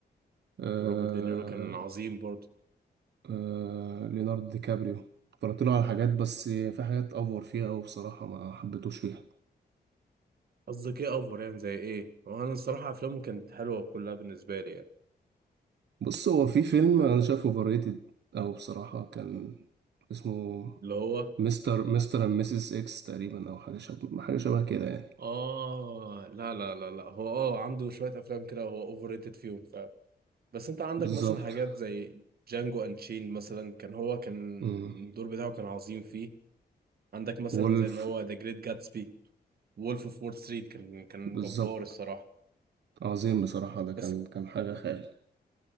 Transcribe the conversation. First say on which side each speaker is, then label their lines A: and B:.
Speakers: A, on the right; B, on the right.
A: آه
B: روبرت دينيرو كان عظيم برضه
A: آه ليوناردو دي كابريو اتفرجت له على حاجات بس في حاجات افور فيها أوي بصراحة ما حبيتوش فيها
B: قصدك ايه افور يعني زي ايه وانا الصراحه افلامه كانت حلوه كلها بالنسبه لي يعني
A: بص هو في فيلم انا شايفه اوفر ريتد او بصراحه كان اسمه
B: اللي هو
A: مستر مستر اند ميسيس اكس تقريبا او حاجه شبه حاجه شبه كده يعني
B: اه لا لا لا لا هو اه عنده شويه افلام كده هو اوفر ريتد فيهم فعلا بس انت عندك
A: بالظبط
B: مثلا حاجات زي جانجو انشين مثلا كان هو كان
A: امم
B: الدور بتاعه كان عظيم فيه عندك مثلا
A: وولف
B: زي اللي هو ذا جريت جاتسبي وولف اوف وول ستريت كان كان
A: بالظبط
B: جبار الصراحه
A: عظيم بصراحه ده كان
B: بس
A: كان حاجه خيال